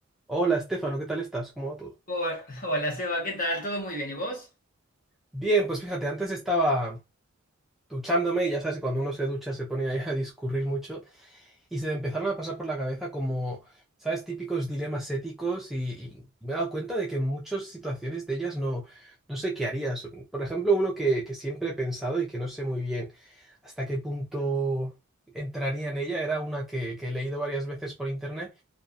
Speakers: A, in the centre; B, on the left.
A: Hola, Estefano, ¿qué tal estás? ¿Cómo va todo?
B: Hola, <laughs> hola, Seba, ¿qué tal? ¿Todo muy bien? ¿Y vos?
A: Bien, pues fíjate, antes estaba duchándome y ya sabes que cuando uno se ducha se pone ahí a discurrir mucho y se me empezaron a pasar por la cabeza como, ¿sabes? Típicos dilemas éticos y, y me he dado cuenta de que en muchas situaciones de ellas no, no sé qué harías. Por ejemplo, uno que, que siempre he pensado y que no sé muy bien hasta qué punto entraría en ella era una que, que he leído varias veces por internet